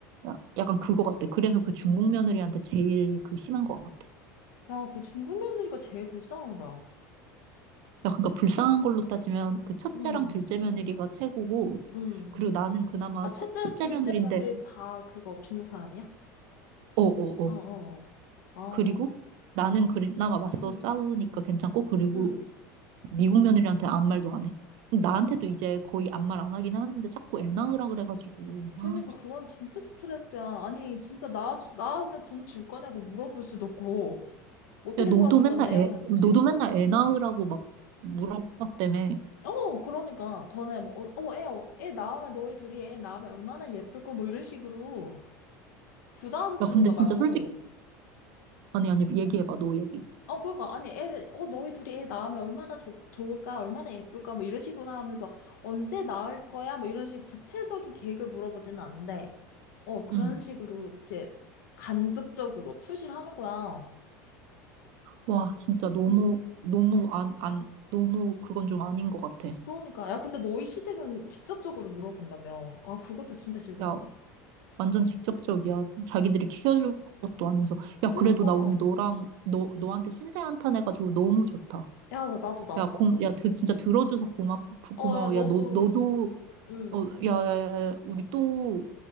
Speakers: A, on the right; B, on the left.
A: 야- 약간 그거 같아. 그래서 그 중국 며느리한테 제일 그 심한 것 같아.
B: 야, 그 중국 며느리가 제일 불쌍하다.
A: 야, 그러니까 불쌍한 걸로 따지면 그 첫째랑
B: 음,
A: 둘째 며느리가 최고고,
B: 음.
A: 그리고 나는 그나마
B: 아,
A: 셋-
B: 첫째,
A: 셋째
B: 둘째
A: 며느리인데,
B: 며느리 다 그거 중국 사람이야?
A: 어, 어, 어.
B: 어어어. 아,
A: 그리고 나는 그나마 맞서
B: 응
A: 싸우니까 괜찮고, 그리고
B: 응.
A: 미국 며느리한테 아무 말도 안 해. 근데 나한테도 이제 거의 아무 말 안 하긴 하는데 자꾸 애 낳으라 그래가지고,
B: 그러니까
A: 아, 진짜.
B: 그건 진짜 스트레스야. 아니, 진짜 나, 나으면 돈 줄 거냐고 물어볼 수도 없고, 어떻게
A: 야, 너도
B: 도와줄
A: 맨날
B: 건데요?
A: 애,
B: 해보지.
A: 너도 맨날 애 낳으라고 막 물어봤다며.
B: 어, 그러니까. 전에 뭐, 어, 어, 애, 어, 애 낳으면, 너희 둘이 애 낳으면 얼마나 예쁠 거 뭐 이런 식으로 부담 주는
A: 야, 근데
B: 거
A: 진짜
B: 막, 어.
A: 솔직히, 아니, 아니, 얘기해봐, 너 얘기.
B: 어, 그러니까, 아니, 애들, 어, 너희 둘이 애 낳으면 얼마나 좋 좋을까, 얼마나 예쁠까, 뭐 이런 식으로 하면서 언제 낳을 거야, 뭐 이런 식 구체적인 계획을 물어보지는 않는데, 어, 그런
A: 응.
B: 식으로 이제 간접적으로 푸시를 하는 거야.
A: 와, 진짜 너무,
B: 응,
A: 너무 안, 안, 너무 그건 좀 아닌 것 같아.
B: 그러니까, 야, 근데 너희 시댁은 직접적으로 물어본다며. 아, 그것도 진짜 싫다.
A: 야, 완전 직접적이야. 자기들이 키워줄 것도 아니면서. 야,
B: 그러니까,
A: 그래도 나 오늘 너랑, 너, 너한테 신세 한탄해가지고 너무 좋다.
B: 야, 나- 나도, 나도,
A: 야, 고,
B: 나도.
A: 야, 드, 진짜 들어줘서 고맙,
B: 어,
A: 고마워.
B: 야, 너도,
A: 야, 너, 너도,
B: 응,
A: 어, 야, 야, 야, 우리 또,